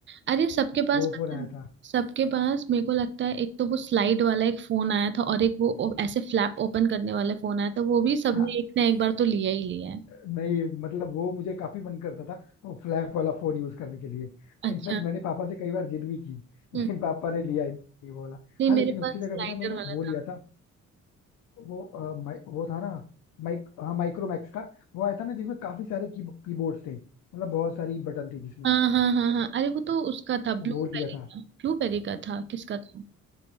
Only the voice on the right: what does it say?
अरे सबके पास
पता
है
सबके पास मेरे को लगता है एक तो वो स्लाइड वाला एक फोन आया था और एक वो ओ- ऐसे फ्लैप ओपन करने वाला फोन आया था वो भी सबने
एक ना एक बार तो लिया ही लिया है
अच्छा
हम्म
नहीं
मेरे
पास
स्लाइडर
वाला
था
हाँ हाँ हाँ हाँ अरे वो तो उसका था ब्लूबेरी
का ब्लूबेरी का था किसका था